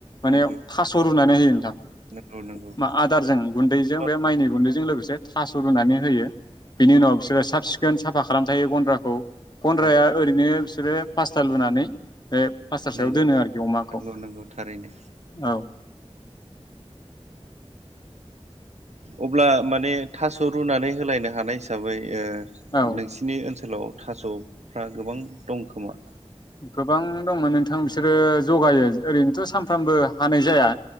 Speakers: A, on the left; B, on the right.
A: माने
B: नंगौ
A: थास रुनानै होयो नोंथां
B: नंगौ नंगौ
A: मा आदारजों गुन्दैजों
B: औ
A: बे माइनि गुन्दैजों लोगोसे थास रुनानै होयो बिनि उनाव बिसोरो साब सिखोन साफा खालाम थायो गन्द्राखौ गन्द्राया
B: औ
A: ओरैनो बिसोरो पासटा लुनानै बे पासट सायाव
B: नंगौ
A: दोनो आरोखि अमाखौ
B: नंगौ नंगौ थारैनो
A: औ
B: अब्ला माने थास रुनानै होलायनो हानाय हिसाबै ओ
A: औ
B: नोंसिनि ओनसोलाव थास'फ्रा गोबां दंखोमा?
A: गोबां दंमोन नोंथां। बिथां बिसोरो जगायो ओरैनोथ' सानफ्रामबो हानाय जाया।